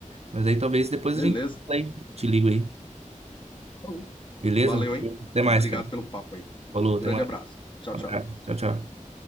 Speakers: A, on the right; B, on the left.
A: Mas aí talvez depois
B: Beleza.
A: a gente fala aí, te ligo aí,
B: Falou.
A: beleza?
B: Valeu, hein?
A: Até mais,
B: Obrigado
A: cara.
B: pelo papo aí.
A: Falou,
B: Grande
A: até mais.
B: abraço. Tchau,
A: Abraço,
B: tchau.
A: tchau, tchau.